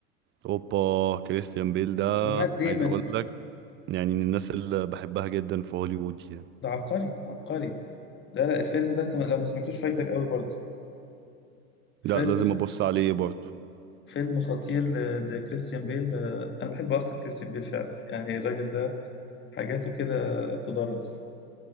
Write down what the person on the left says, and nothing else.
ومات ديمون
ده عبقري عبقري لا لا الفيلم ده انت لو ما سمعتوش فايتك قوي برضه فيلم
خ...
فيلم خطير ل... لكريستيان بيل آه، انا بحب اصلا كريستيان بيل فعلا يعني الراجل ده حاجاته كده تدرس